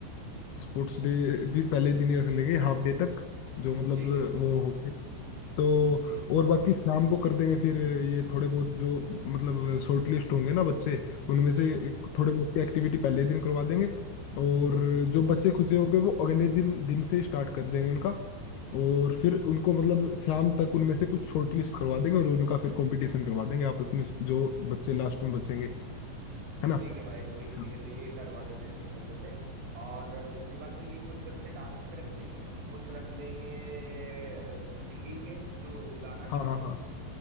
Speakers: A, on the left; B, on the right.
A: स्पोर्ट्स डे भी पहले दिन ही रख लेंगे हाफ डे तक जो मतलब
B: ठीक है
A: वो हो तो
B: ठीक
A: और बाकी शाम को कर देंगे फिर ये थोड़े बहुत जो मतलब शॉर्ट लिस्ट होंगे ना बच्चे उनमें
B: हम्म
A: से
B: हम्म,
A: एक- थोड़े बहुत की एक्टिविटी पहले ही दिन करवा देंगे और जो बच्चे खुचे होंगे वो अगले दिन दिन से स्टार्ट कर देंगे उनका और फिर उनको मतलब शाम तक उनमें से कुछ शॉर्ट लिस्ट करवा देंगे और उनका फिर कंपटीशन करवा देंगे आपस में जो बच्चे लास्ट में बचेंगे है ना
B: ठीक है भाई ठीक है
A: शाम-
B: ठीक है तो ये करवा लेते हैं ऐसा कर लेते हैं और दूसरी बात है कि कुछ बच्चे डांस के रख लेंगे कुछ रख लेंगे सिंगिंग के जो गाना चाहते
A: हाँ हाँ
B: हैं
A: हाँ